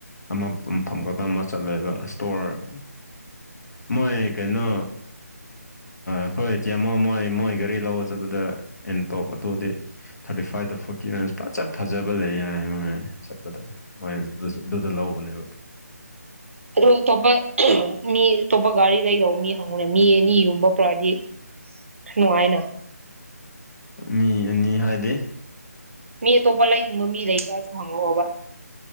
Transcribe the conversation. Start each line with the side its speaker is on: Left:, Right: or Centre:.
Left: ꯑꯃ ꯃꯐꯝ ꯈꯛꯇꯪ ꯃꯥ ꯆꯠꯂꯣꯏꯕ ꯏꯁꯇꯣꯔ ꯃꯣꯏ ꯀꯩꯅꯣ ꯑꯈꯣꯏ ꯏꯆꯤꯃꯣ ꯃꯣꯏ ꯃꯣꯏ ꯒꯥꯔꯤ ꯂꯧꯕ ꯆꯠꯄꯗ ꯑꯦꯟꯇꯣꯞ ꯑꯗꯨꯗꯤ ꯊꯔꯇꯤ ꯐꯥꯏꯚ ꯇꯖ ꯐꯣꯔ <unintelligible> ꯐꯖ ꯐꯖꯕ ꯂꯩ ꯍꯥꯏ ꯃꯣꯏ ꯆꯠꯄꯗ ꯃꯣꯏ ꯑꯗꯨꯗ ꯂꯧꯕꯅꯦꯕ
Right: ꯑꯗꯨ ꯑꯇꯣꯞꯄ ꯃꯤ ꯑꯇꯣꯞꯄ ꯒꯥꯔꯤ ꯂꯩꯗꯧꯕ ꯃꯤ ꯍꯪꯉꯨꯅꯦ ꯃꯤ ꯑꯅꯤ ꯒꯨꯝꯕ ꯄꯣꯔꯛꯑꯗꯤ ꯅꯣꯉꯥꯏꯅ
Left: ꯃꯤ ꯑꯅꯤ ꯍꯥꯏꯗꯤ
Right: ꯃꯤ ꯑꯇꯣꯞꯄ ꯂꯥꯏꯅꯤꯡꯕ ꯃꯤ ꯂꯩꯕ꯭ꯔꯁꯨ ꯍꯪꯉꯛꯑꯣꯕ